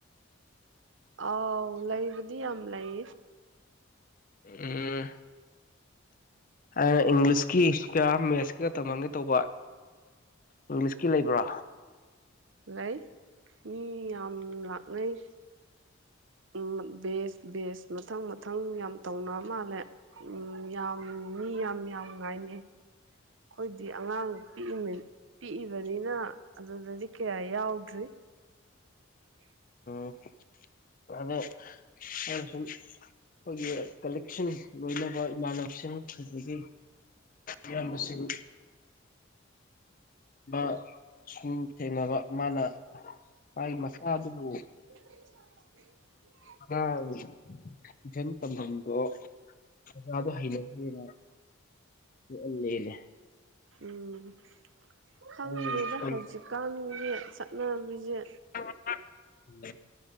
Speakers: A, on the right; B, on the left.
A: ꯑꯥꯎ ꯂꯩꯕꯨꯗꯤ ꯌꯥꯝ ꯂꯩ
B: ꯎꯝ <unintelligible> ꯏꯪꯂꯤꯁꯀꯤ ꯀ ꯃꯦꯠꯁꯀꯤꯀ ꯇꯝꯍꯟꯒꯦ ꯇꯧꯕ ꯏꯪꯂꯤꯁꯀꯤ ꯂꯩꯕ꯭ꯔꯣ
A: ꯂꯩ ꯃꯤ ꯌꯥꯝ ꯂꯥꯛꯅꯩ ꯎꯝ ꯕꯦꯁ ꯕꯦꯁ ꯃꯊꯪ ꯃꯊꯪ ꯌꯥꯝ ꯇꯧꯅ ꯃꯥꯜꯂꯦ ꯎꯝ ꯌꯥꯝ ꯃꯤ ꯌꯥꯝ ꯌꯥꯝ ꯉꯥꯏꯅꯩ ꯑꯩꯈꯣꯏꯗꯤ ꯑꯉꯥꯡ ꯄꯤꯛꯏ ꯄꯤꯛꯏꯕꯅꯤꯅ ꯑꯗꯨꯗꯗꯤ ꯀꯌꯥ ꯌꯥꯎꯗ꯭ꯔꯤ <inaudible>
B: <unintelligible> ꯑꯩꯅ ꯁꯨꯝ ꯑꯩꯈꯣꯏꯒꯤ ꯀꯂꯤꯛꯁꯤꯟ ꯂꯣꯏꯅꯕ ꯏꯃꯥꯟꯅꯕꯁꯤꯡ ꯑꯗꯒꯤ ꯏꯌꯥꯝꯕꯁꯤꯡ ꯕꯁꯤꯡ ꯊꯦꯡꯅꯕ ꯃꯥꯅ ꯃꯥꯒꯤ ꯃꯆꯥꯗꯨꯕꯨ
A: <unintelligible>
B: <unintelligible> ꯇꯨꯏꯁꯟ ꯇꯝꯐꯝꯗꯣ ꯑꯣꯖꯥꯗꯣ ꯍꯩꯅꯗꯦꯅ <unintelligible>
A: ꯎꯝ ꯈꯪꯗꯦꯗ
B: ꯑꯩ ꯁꯣꯏ
A: ꯍꯧꯖꯤꯛꯀꯥꯟꯒꯤ ꯆꯠꯅꯕꯤꯁꯦ
B: <unintelligible>